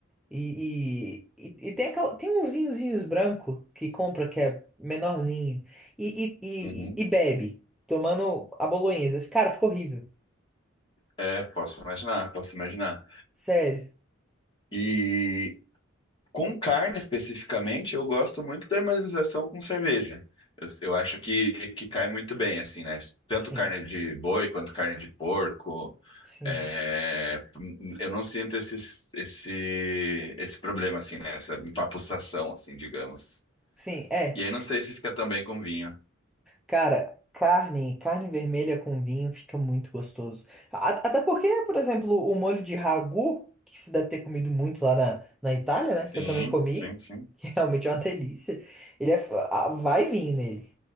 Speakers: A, in the centre; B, on the left (about 25°).
A: E, e, e e tem, aquela, tem uns vinhozinhos branco que compra que é menorzinho e, e,
B: uhum.
A: e, e bebe, tomando a bolonhesa. Cara, ficou horrível.
B: É, posso imaginar, posso imaginar.
A: Sério.
B: E com carne especificamente, eu gosto muito da harmonização com cerveja. Eu, eu acho que, que cai muito bem, assim, né? Tanto
A: Sim,
B: carne de boi quanto carne de porco.
A: sim,
B: é, eu não sinto esse, esse, esse problema, assim, né? Essa empapuçação, assim, digamos.
A: sim. É,
B: E aí não sei se fica tão bem com vinho.
A: cara, carne, carne vermelha com vinho fica muito gostoso. A- até porque, por exemplo, o molho de ragu, que você deve ter comido muito lá na, na Itália, né?
B: Sim,
A: Que eu também comi,
B: sim, sim.
A: que <laughs> realmente é uma delícia. Ele é, f- ah, vai vinho nele.